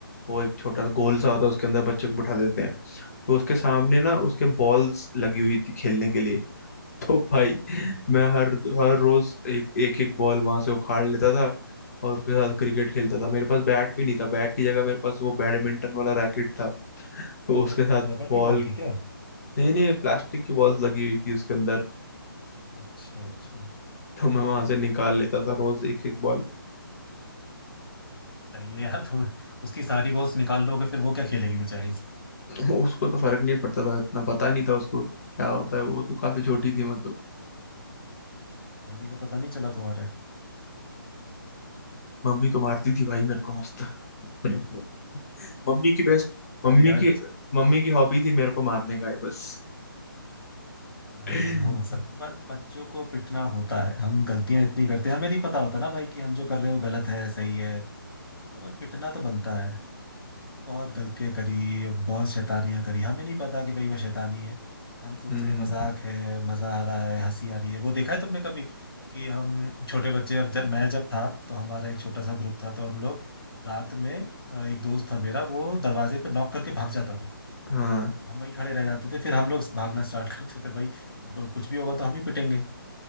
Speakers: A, on the left; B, on the left.
A: वो एक छोटा सा गोल
B: हाँ,
A: सा होता
B: वो-
A: है उसके अंदर बच्चे को बिठा देते हैं तो उसके सामने ना
B: हाँ,
A: उसके बॉल्स लगी हुई थी खेलने के लिए <laughs> तो भाई मैं
B: हाँ।
A: हर हर रोज एक एक, एक बॉल वहां से उखाड़ लेता था और उसके साथ क्रिकेट खेलता था मेरे पास बैट भी नहीं था बैट की जगह मेरे पास वो बैडमिंटन वाला रैकेट था तो उसके
B: और
A: साथ
B: रबड़
A: बॉल
B: की बॉल थी क्या
A: नहीं नहीं प्लास्टिक की बॉल्स लगी हुई थी उसके अंदर
B: अच्छा अच्छा
A: तो मैं वहां से निकाल लेता था रोज एक एक बॉल
B: सही है यार तुम उसकी सारी बॉस निकाल लोगे फिर वो क्या खेलेगी बेचारी
A: <laughs> उसको तो फर्क नहीं पड़ता था इतना पता नहीं था उसको क्या होता है वो तो काफी छोटी थी मतलब
B: मम्मी को पता नहीं चला तुम्हारे
A: मम्मी को मारती थी भाई मेरे को मस्त <laughs> मम्मी की बेस्ट मम्मी
B: अरे यार
A: की मम्मी की हॉबी थी मेरे को मारने का है बस
B: हाँ,
A: हाँ
B: हो सकता ब- बच्चों को पिटना होता है हम गलतियां इतनी करते हैं हमें नहीं पता होता ना भाई कि हम जो कर रहे हैं वो गलत है सही है तो भाई पिटना तो बनता है बहुत गलतियां करी बहुत शैतानियां करी हमें नहीं पता कि भाई वो शैतानी है हम सोच
A: हम्म
B: रहे मजाक है मजा आ रहा है हंसी आ रही है वो देखा है तुमने कभी कि हम छोटे बच्चे हम जब मैं जब था तो हमारा एक छोटा सा ग्रुप था तो हम लोग रात में अ, एक दोस्त था मेरा वो दरवाजे पे नॉक करके भाग जाता था
A: हाँ
B: हम वहीं खड़े रह जाते थे फिर हम लोग भागना स्टार्ट <laughs> करते थे भाई अब कुछ भी होगा तो हम ही पिटेंगे